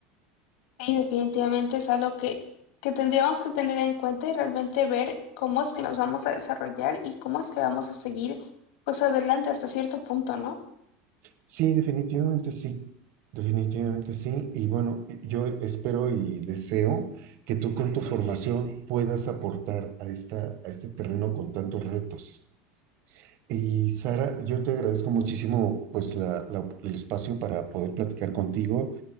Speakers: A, on the left; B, on the right.
A: sí, definitivamente es algo que, que tendríamos que tener en cuenta y realmente ver cómo es que nos vamos a desarrollar y cómo es que vamos a seguir pues adelante hasta cierto punto, ¿no?
B: Sí, definitivamente sí, definitivamente sí y bueno, yo espero y deseo que tú con tu formación puedas aportar a esta, a este terreno con tantos retos. Y Sara, yo te agradezco muchísimo pues la- la- el espacio para poder platicar contigo